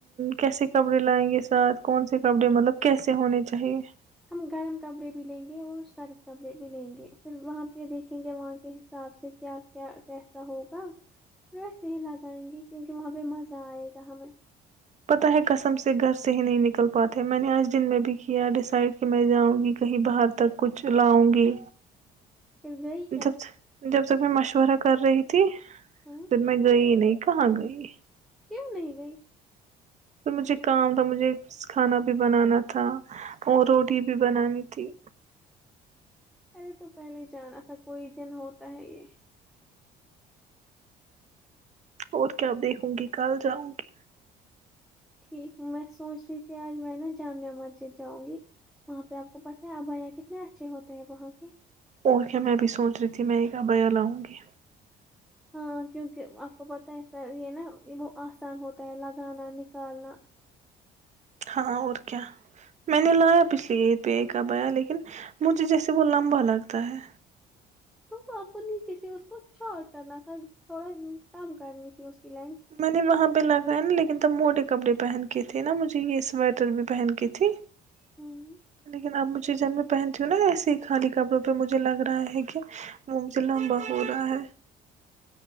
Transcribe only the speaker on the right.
کیسے کپڑے لائیں گے اس سال کون سے کپڑے مطلب کیسے ہونے چاہیے
پتہ ہے قسم سے گھر سے ہی نہیں نکل پاتے میں نے آج دن میں بھی کیا ڈیسائڈ کہ میں جاؤں گی کہیں باہر تک کچھ لاؤں گی
جب جب تک میں مشورہ کر رہی تھی
پھر میں گئی نہیں کہاں گئی
پھر مجھے کام تھا مجھے کھانا بھی بنانا تھا اور روٹی بھی بنانی تھی
اور کیا دیکھوں گی کل جاؤں گی
اور کیا میں بھی سوچ رہی تھی میں ایک ابیا لاؤں گی
ہاں اور کیا میں نے لایا پچھلی عید پہ ایک کا بیا لیکن مجھے جیسے وہ لمبا لگتا ہے
میں نے وہاں پہ لاگایا نا لیکن تب موڈی کپڑے پہن کے تھے نا مجھے یہ سویٹر بھی پہن کے تھی کنے
کے نام چیزیں میں پہنتی ہوں نا ایسے ہی خالی کپڑوں پہ مجھے لگ رہا ہے کہ وہ مج سے لمبا ہو رہا ہے